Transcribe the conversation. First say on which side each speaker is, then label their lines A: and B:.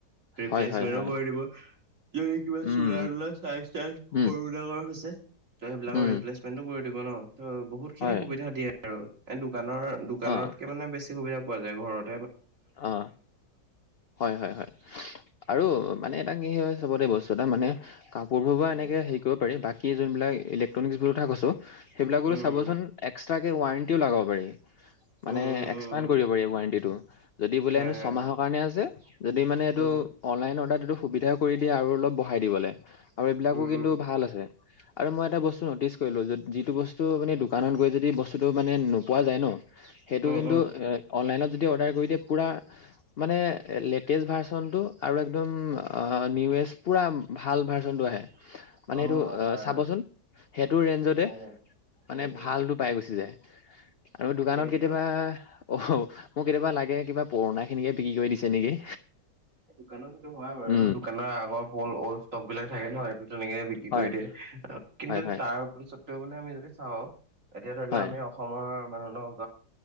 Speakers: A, on the right; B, on the left.
A: ৰিপ্লেচ
B: হয় হয় হয়
A: কৰি দিব, যদি কিবা
B: উম,
A: চোলা-তোলা আছ <unintelligible>
B: উম,
A: সৰু ডাঙৰ হৈছে ত সেইবিলাকৰ
B: উম,
A: ৰিপ্লেচমেন্টো কৰি দিব ন? ত বহুত খিনি
B: হয়।
A: সুবিধা দিয়ে আৰু, এ দোকানৰ, দোকানতকে
B: অ',
A: মানে বেছি সুবিধা পোৱা যায় ঘৰত৷
B: অ হয় হয় হয় আৰু মানে এটা কি হয় চবতে বস্তু <unintelligible> মানে কাপোৰবোৰ পৰা
A: উম
B: এনেকৈ হেৰি কৰিব পাৰি বাকী যোনবিলাক ইলেক্ট্ৰনিক্ছ বুলি কথা কৈছোঁ সেইবিলাকো
A: উম
B: চাবচোন এক্সট্ৰাকে ৱাৰেণ্টিও লগাব পাৰি৷
A: উম
B: মানে
A: উম উম
B: এক্সপাণ্ড
A: উম উম
B: কৰিব পাৰি ৱাৰেণ্টিটো৷ যদি বোলে
A: হয়
B: হেনো
A: হয়
B: ছমাহৰ
A: হয়
B: কাৰণে আছে, যদি মানে এইটো
A: উম
B: অনলাইন অৰ্ডাৰ এইটো সুবিধাও কৰি দিয়ে আৰু অলপ বঢ়াই দিবলে আৰু এইবিলাকো
A: উম
B: কিন্তু
A: উম
B: ভাল আছে৷ আৰু মই এটা বস্তু নটিচ কৰিলো, যিটো বস্তু মানে দোকানত গৈ যদি বস্তুটো মানে নোপোৱা যায় ন সেইটো
A: উম
B: কিন্তু,
A: উম উম
B: আ অনলাইনত যদি অৰ্ডাৰ কৰি দিয়ে পুৰা মানে লেটেষ্ট ভাৰ্চনটো আৰু একদম নিউৱেষ্ট পুৰা ভাল ভাৰ্চনটো আহে, মানে
A: অ
B: সেইটো
A: হয় হয়
B: চাবচোন
A: হয়
B: সেইটো ৰেঞ্জতে।
A: অ
B: মানে
A: উম উম
B: ভালটো পাই গুচি যায়৷ আৰু
A: সেইটোৱে
B: দোকানত কেতিয়াবা
A: সেইটোৱে
B: অ মোক কেতিয়াবা লাগে কিবা পুৰণা খিনিকে বিক্ৰী কৰি দিছে নেকি।
A: দোকানত সেইটো হয় বাৰু, এইটো
B: উম
A: দোকানৰ আগৰ ওল্ড ষ্টক বিলাক থাকে নহয়, এইটো তেনেকে
B: হয়
A: কৰি দিয়ে, কিন্তু
B: হয় হয়
A: তাৰপিছত ও আমি যদি চাওঁ এতিয়া ধৰি
B: হয়
A: লওঁ আমি অসমৰ <unintelligible>